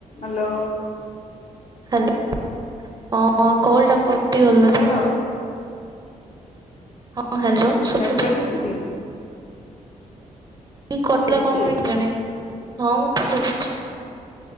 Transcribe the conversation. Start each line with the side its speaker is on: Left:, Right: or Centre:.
Left: Hello.
Right: Hello ହଁ call ଟା କଟି ଗଲା
Left: ହ୍ୟାଲୋ
Right: ତ। ହଁ ହ୍ୟାଲୋ ଶୁଭୁଛି
Left: ନେଟୱାର୍କ ଆସୁନି?
Right: ଇ କଟ୍
Left: ଶୁଭୁଛି
Right: ଲା କଣ ପାଇଁ କେଜାଣି? ହଁ ମୋତେ ଶୁଭୁଛି।